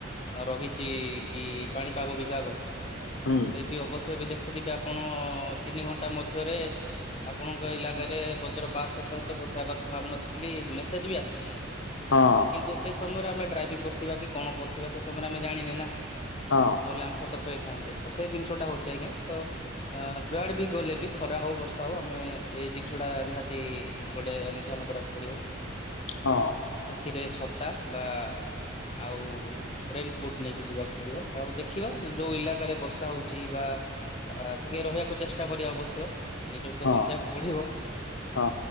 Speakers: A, on the left; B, on the left.
A: ରହିଛି କି ପାଣିପାଗ ବିଭାଗ
B: ହୁଁ
A: ଏ ବି ଅବଶ୍ୟ ଏବେ ଦେଖୁଥିବେ ଆପଣ ତିନି ଘଣ୍ଟା ମଧ୍ୟରେ ଆପଣଙ୍କ ଇଲାକାରେ ବଜ୍ର ପା ଥ ସହିତ ବର୍ଷା ହେବାର ସମ୍ଭାବନା ଅଛି ବୋଲି ମେସେଜ୍ ବି ଆସୁଛି।
B: ହଁ, ଅଁ,
A: କିନ୍ତୁ ସେ ସମୟରେ ଆମେ ଡ୍ରାଇଭିଂ କରିୁଥିବା କି କଣ କରୁଥିବା ସେ ସମୟରେ ଆମେ ଜାଣିନେ ନା
B: ହଁ
A: ନହେଲେ ଆମେ ସ ସତର୍କ ହେଇଥାନ୍ତେ ତ ସେ ଜିନିଷ ଟା ହଉଛି ଆଜ୍ଞା ତ ଅ ଯୁଆଡେ ବି ଗଲେ ବି ଖରା ହଉ ବର୍ଷା ହଉ ଆମେ ଏଇ ଜିନିଷ ଟା ନିହାତି ଗୋଟେ ଅନୁଧ୍ୟାନ କରିବାକୁ ପଡିବ।
B: ହଁ,
A: ଏଥିରେ ଛତା ବା ଆଉ ରେନକୋଟ ନେଇକି ଯିବାକୁ ପଡିବ। ଆଉ ଦେଖିବା ଯୋଉ ଇଲାକାରେ ବର୍ଷା ହଉଛି ବା ଟିକେ ରହିବାକୁ ଚେଷ୍ଟା କରିବା ଅବଶ୍ୟ। ନିଜକୁ ତ
B: ହଁ
A: ବଞ୍ଜାକୁ ପଡିବ
B: ହଁ